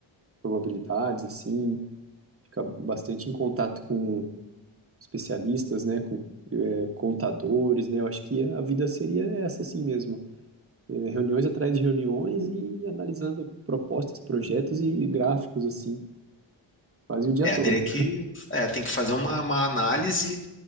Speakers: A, on the right; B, on the left.
A: probabilidades, assim, ficar bastante em contato com especialistas, né, com é, contadores, né? Eu acho que a vida seria essa assim mesmo. É, reuniões atrás de reuniões e analisando propostas, projetos e gráficos, assim, quase o dia
B: É,
A: todo.
B: teria que, é, tem que fazer uma, uma análise